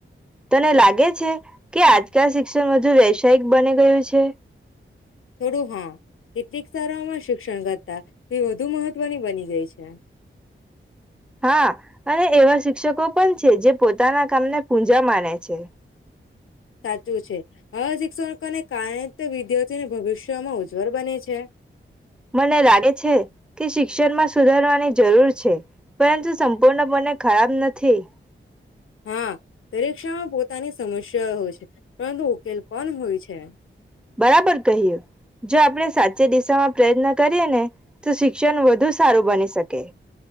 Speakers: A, in the centre; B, on the left (about 75°).
A: તને લાગે છે કે આજકાલ શિક્ષણ હજુ વ્યવસાયિક બની ગયું છે.
B: થોડું હા કેટલીક સારામાં શિક્ષણ કરતા એ વધુ મહત્વની બની ગઈ છે.
A: હા અને એવા શિક્ષકો પણ છે જે પોતાના કામને પૂજા માને છે.
B: સાચું છે આ શિક્ષકોને કારાય વિદ્યાર્થીને ભવિષ્યમાં ઉજ્જવળ બને છે.
A: મને લાગે છે કે શિક્ષણમાં સુધારવાની જરૂર છે પરંતુ સંપૂર્ણ બને ખરાબ નથી.
B: હા, પરીક્ષામાં પોતાની સમસ્યા હો. પરંતુ ઉકેલ પણ હોય છે.
A: બરાબર કહ્યું, જો આપણે સાચે દિશામાં પ્રયત્ન કરીએ ને તો શિક્ષણ વધુ સારું બની શકે.